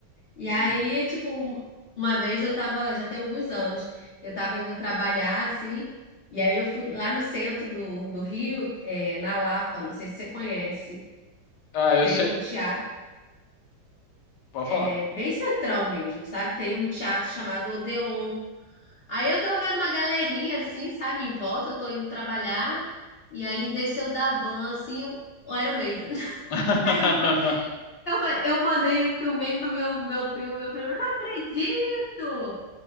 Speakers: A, on the left (about 60°); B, on the left (about 75°).
A: E aí,
B: Uhum.
A: tipo, um- uma vez eu tava, já tem alguns anos, eu tava indo trabalhar assim, e aí eu fui lá no centro do, do Rio, é, na Lapa, não sei se você conhece
B: Ah, eu
A: tem
B: sei,
A: um teatro,
B: pode falar.
A: É bem central mesmo, sabe? Tem um teatro chamado Odeon. Aí eu tô vendo uma galerinha assim, sabe, em volta, eu tô indo trabalhar, e aí desceu da van assim, o o Iron Maiden. <laughs>
B: <laughs>
A: Aí eu, ma- eu, fa- eu mandei filmei pro meu, meu primo, meu primo, eu não acredito!